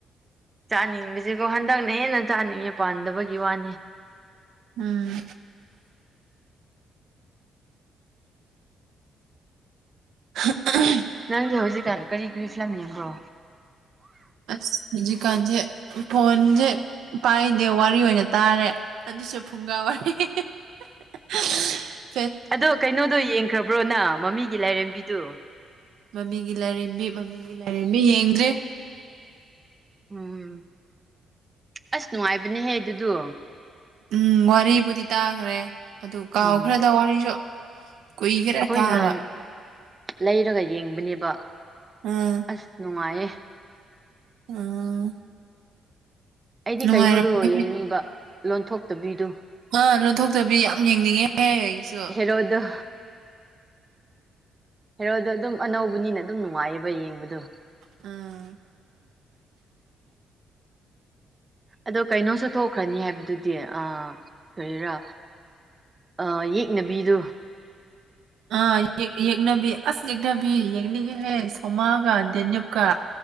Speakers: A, on the right (about 20°); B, on the right (about 75°).
A: ꯆꯥꯅꯤꯡꯕꯁꯤꯀꯣ ꯍꯟꯗꯛꯅ ꯍꯦꯟꯅ ꯆꯥꯅꯤꯡꯉꯦ ꯄꯥꯟꯗꯕꯒꯤ ꯋꯥꯅꯦ꯫
B: ꯎꯝ꯫ <unintelligible>
A: ꯅꯪꯗꯤ ꯍꯧꯖꯤꯛꯀꯥꯟ ꯀꯔꯤ ꯀꯔꯤ ꯐꯤꯂꯝ ꯌꯦꯡꯕ꯭ꯔꯣ꯫
B: ꯑꯁ ꯍꯧꯖꯤꯛꯀꯥꯟꯁꯦ ꯐꯣꯟꯁꯦ꯫ ꯄꯥꯏꯗꯦ ꯋꯥꯔꯤ ꯑꯣꯏꯅ ꯇꯥꯔꯦ ꯑꯗꯨꯁꯨ ꯐꯨꯡꯒꯥ ꯋꯥꯔꯤ꯫ <unintelligible>
A: ꯑꯗꯣ ꯀꯩꯅꯣꯗꯣ ꯌꯦꯡꯈ꯭ꯔꯕ꯭ꯔꯣꯅ ꯃꯃꯤꯒꯤ ꯂꯥꯏꯔꯦꯝꯕꯤꯗꯨ
B: ꯃꯃꯤꯒꯤ ꯂꯥꯏꯔꯦꯝꯕꯤ ꯃꯃꯤꯒꯤ ꯂꯥꯏꯔꯦꯝꯕꯤ ꯌꯦꯡꯗ꯭ꯔꯦ
A: ꯎꯝ ꯑꯁ ꯅꯨꯡꯉꯥꯏꯕꯅꯦꯍꯦ ꯑꯗꯨꯗꯣ
B: ꯎꯝ ꯋꯥꯔꯤꯕꯨꯗꯤ ꯇꯥꯈ꯭ꯔꯦ ꯑꯗꯨ ꯀꯥꯎ
A: ꯎꯝ
B: ꯈꯔꯗ ꯋꯥꯔꯤꯁꯨ ꯀꯥꯎꯈꯔꯦ
A: ꯑꯩꯈꯣꯏ
B: ꯇꯥꯕ
A: ꯅꯍꯥꯟ ꯂꯩꯔꯒ ꯌꯦꯡꯕꯅꯦꯕ
B: ꯎꯝ
A: ꯑꯁ ꯅꯨꯡꯉꯥꯏꯌꯦ
B: ꯑꯥ
A: ꯑꯩꯗꯤ
B: ꯅꯨꯡꯉꯥꯏꯔꯝꯒꯅꯤ
A: ꯀꯩꯅꯣꯗꯣ ꯌꯦꯡꯅꯤꯡꯕ ꯂꯣꯟꯊꯣꯛꯇꯕꯤꯗꯨ
B: ꯑꯥ ꯂꯣꯟꯊꯣꯛꯇꯕꯤ ꯌꯥꯝ ꯌꯦꯡꯅꯤꯡꯉꯦꯍꯦ ꯑꯩꯁꯨ
A: ꯍꯦꯔꫭꯗꫭ ꯍꯔꯣꯗ ꯑꯗꯨꯝ ꯑꯅꯧꯕꯅꯤꯅ ꯑꯗꯨꯝ ꯅꯨꯡꯉꯥꯏꯌꯦꯕ ꯌꯦꯡꯕꯗꯣ
B: ꯎꯨꯝ
A: ꯑꯗꯣ ꯀꯩꯅꯣꯁꯨ ꯊꯣꯛꯈ꯭ꯔꯅꯤ ꯍꯥꯏꯕꯗꯨꯗꯤ ꯑ ꯀꯔꯤꯔꯥ ꯑ ꯌꯦꯛꯅꯕꯤꯗꯨ
B: ꯑ ꯌꯦ ꯌꯦꯛꯅꯕꯤ ꯑꯁ ꯌꯦꯛꯅꯕꯤ ꯌꯦꯛꯅꯤꯡ ꯍꯦ ꯁꯣꯃꯥꯒ ꯗꯦꯅꯤꯞ ꯀ